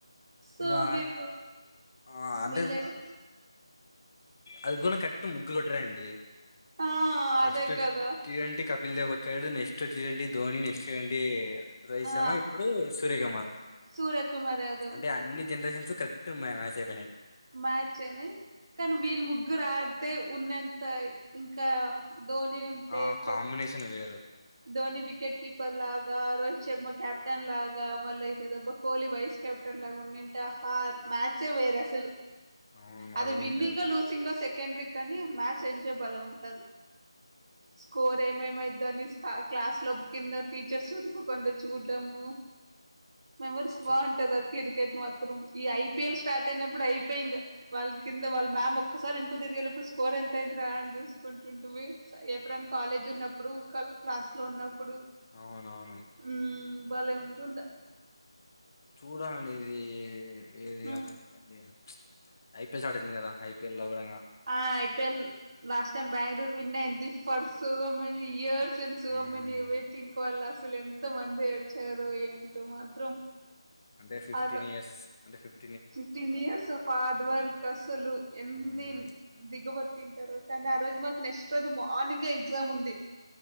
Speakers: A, on the right; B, on the left.
A: సొ
B: ఇంకా
A: వీళ్ళు
B: ఆ, అంటే
A: వీళ్ళలు
B: అది గూన కరెక్ట్ ముగ్గురు కొట్టరండి.
A: ఆ
B: ఫస్ట్
A: అదే
B: టీ
A: కదా
B: టీ ట్వంటీ కపిల్ దేవ్ కొట్టాడు. Next T twenty Dhoni next twenty Rohit
A: ఆ
B: శర్మ ఇప్పుడు సూర్యకుమార్
A: సూర్యకుమార్ యాదవ్
B: అంటే అన్ని జనరేషన్స్ కరెక్ట్ గున్నయ్ మ్యా సెవెనై
A: మ్యాచైనయ్ కానీ వీళ్ళు ముగ్గురు ఆడితే ఉన్నంత ఇంకా ధోని ఉంటే
B: ఆ
A: కొ
B: కాంబినేషన్ వేరు
A: ధోని వికెట్ కీపర్ లాగా రో శర్మ కెప్టెన్ లాగా మళ్ళ ఇదెదబ్బ కోహ్లీ వైస్ కెప్టెన్ లాగా ఉండింటె అహ మ్యాచే వె వెరసలు
B: అవును
A: అది
B: కూడా
A: విన్నింగో
B: కరెక్టే
A: లూసింగో సెక్ కండ్రి కనీ మ్యాచ్ ఎంజాయ్ బలే ఉంటది. స్కోర్ ఏమైమైద్ద అని కా క్లాస్ లొ కింద టీచర్స్ చుడకు కుండ చూడ్డము మెమరీస్
B: చూ
A: బావుంటది. అది కిర్కెట్ మాత్రం ఈ ఐపీఎల్ స్టార్ట్ టైనప్పుడు అయిపోయి ఇంక వాళ్ళ కింద వాళ్ళ మ్యామ్ ఒక్కసారి ఎనకకి తిరిగేలొపు, స్కోర్ ఎంత అయింది రా అని చూసుకుంట టుమి ఎప్పుడైనా కాలేజ్ ఉన్నప్పుడు కల్ క్లాస్ లో ఉన్నప్
B: అవునా వును
A: మ్ బలే ఉంటుండె
B: చూడాలనుండెదీ <unintelligible>
A: మ్మ్
B: ఐపీఎల్ స్టార్ట్ అయింది గద ఐపీఎ లో గూడ
A: ఆ IPL last time Bangalore win అయింది. For so many years since
B: um,
A: many waiting క వాళ్ళు అసలు ఎంత మంది ఏడ్చారు. ఏంటో మాత్రం
B: అంటే ఫిఫ్టీన్
A: ఆరు
B: ఇయర్స్ అంటే ఫిఫ్
A: fifteen years of hard work అసలు ఎన్ని
B: ఉమ్,
A: దిగబట్ తింటరో కానీ ఆ రోజు మాకు నెక్స్ట్ రోజు మార్నింగే ఎగ్జామ్ ఉంది.